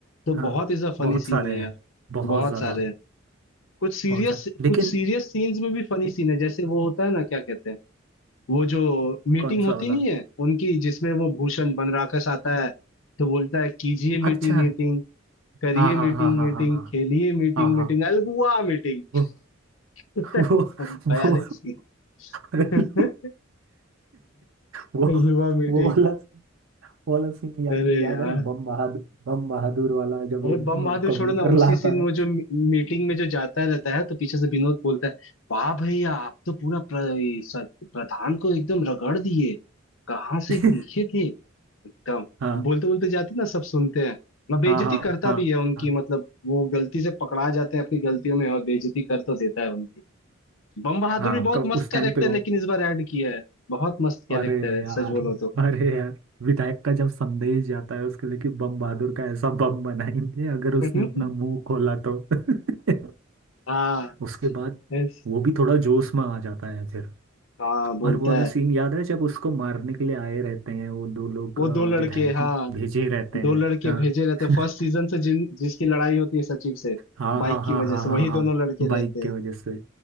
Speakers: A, on the left (about 80°); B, on the right (about 80°).
A: तो
B: हाँ
A: बहुत इज अ फनी
B: बहुत
A: सीन
B: सारे
A: है यार
B: हैं बहुत
A: बहुत
B: ज्यादा
A: सारे हैं कुछ सीरियस
B: बहुत सारे लेकिन
A: कुछ सीरियस सीन्स में भी फनी सीन है जैसे वो होता है ना क्या कहते हैं वो जो मीटिंग
B: कौन
A: होती
B: सा वाला
A: नहीं है उनकी जिसमें वो भूषण बनराकस आता है तो बोलता है कीजिए मीटिंग
B: अच्छा
A: मीटिंग करिए
B: हाँ हाँ
A: मीटिंग
B: हाँ हाँ
A: मीटिंग
B: हाँ
A: खेलिए मीटिंग
B: हाँ हाँ
A: मीटिंग अलगुआ मीटिंग
B: हाँ
A: <laughs>
B: वो
A: भयानक
B: वो
A: scene।
B: अरे
A: <laughs>
B: लो। वो
A: अलगुआ मीटिंग
B: वो वाला वो वाला सीन याद
A: अरे
B: याद
A: यार
B: है बम बहादुर बम बहादुर वाला जब वो
A: अरे बम
B: म-
A: बहादुर
B: कबूतर
A: छोड़ो ना उसी
B: लाता
A: सीन में
B: है
A: वो जो मीटिंग में जो जाता रहता है तो पीछे से विनोद बोलता है वाह भैया आप तो पूरा प्र, प्रधान को एकदम रगड़ दिए कहाँ से
B: <laughs>
A: दिखे थे एकदम
B: हाँ
A: बोलते बोलते जाते ना सब सुनते हैं मैं बेइज्जती
B: हाँ हाँ
A: करता
B: हाँ
A: भी है उनकी
B: हाँ
A: मतलब वो गलती से पकड़ा जाते हैं अपनी गलतियों में और बेइज्जती कर तो देता है उनकी बम बहादुर
B: हाँ,
A: भी बहुत
B: कब
A: मस्त
B: उस
A: कैरेक्टर
B: टाइम पे वो
A: लेकिन इस बार ऐड किया है बहुत मस्त कैरेक्टर
B: अरे
A: है
B: यार
A: सच बोलो तो
B: अरे यार विधायक का जब संदेश जाता है उसके लिए कि बम बहादुर का ऐसा बम बनाएंगे अगर उसने
A: <laughs>
B: अपना मुंह खोला तो <laughs>
A: हाँ
B: उसके बाद
A: ऐस-
B: वो भी थोड़ा जोश में आ जाता है
A: हाँ बोलता
B: और वो वाला
A: है
B: सीन याद है जब उसको मारने के लिए आए रहते हैं वो दो लोग
A: वो
B: अ,
A: दो लड़के
B: विधायक
A: हाँ
B: भेजे रहते हैं
A: दो लड़के
B: हाँ
A: भेजे रहते फर्स्ट सीजन
B: <laughs>
A: से जिन जिसकी लड़ाई होती है सचिव से
B: हाँ
A: बाइक
B: हाँ हाँ
A: की वजह
B: हाँ
A: से
B: हाँ
A: वही
B: हाँ
A: दोनों लड़के
B: बाइक
A: रहते
B: के
A: हैं
B: वजह से